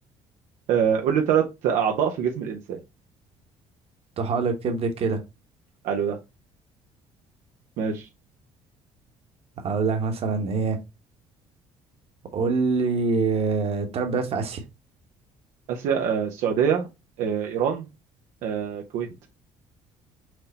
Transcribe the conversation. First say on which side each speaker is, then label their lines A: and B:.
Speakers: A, on the right (about 80°); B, on the right (about 50°).
A: آه، قول لي ثلاث اعضاء في جسم الانسان
B: طحالب كبد الكلى
A: قالوا ده ماشي
B: هقول لك مثلا ايه قول لي آه، تلات بلاد في آسيا
A: اسيا آه، السعوديه آه، ايران آه، الكويت